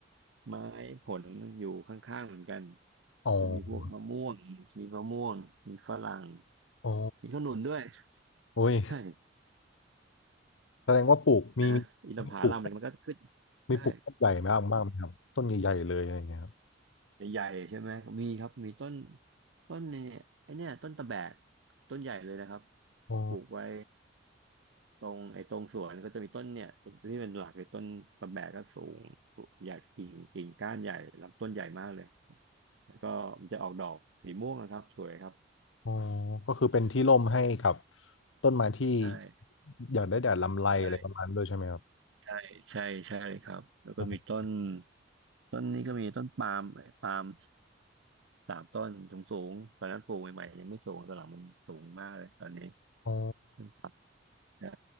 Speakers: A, on the right; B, on the left.
A: ไม้ผลอยู่ข้างๆเหมือนกัน
B: อ๋อ
A: จะมีพวกมะม่วงมีมะม่วงมีฝรั่ง
B: อ๋อ
A: มีขนุนด้วย
B: โอ้ย
A: ใช่
B: แสดงว่าปลูกมีมีมีปลูก
A: แต่นะอินทผลัมอะไรมันก็ขึ้น
B: มีปลูกต้นใหญ่มากมากไหมครับต้นใหญ่ๆเลยอะไรอย่างเงี้ยครับ
A: ใช่ ใหญ่ๆใช่ไหมมีครับมีต้นต้นเนี่ยไอเนี่ยต้นตะแบกต้นใหญ่เลยนะครับ
B: อ๋อ
A: ปลูกไว้ตรงไอ้ตรงสวนก็จะมีต้นเนี่ยต้นที่เป็นหลักเลยต้นตะแบกก็สูงสูงใหญ่กิ่งกิ่งก้านใหญ่ลำต้นใหญ่มากเลยแล้วก็มันจะออกดอกสีม่วงนะครับสวยครับ
B: อ๋อก็คือเป็นที่ร่มให้กับต้นไม้ที่
A: ใช่
B: อยากได้แดดลำไรอะไรประมาณนั้นด้วยใช่ไหมครับ
A: ใช่ใช่ใช่ใช่ครับแล้วก็มีต้น
B: อ๋อ
A: ต้นนี้ก็มีต้นปาล์มเอ้ยปาล์มสามต้นสูงสูงตอนนั้นปลูกใหม่ๆยังไม่สูงตอนหลังมันสูงมากเลยตอนนี้
B: อ๋อ
A: ต้นปาล์มใช่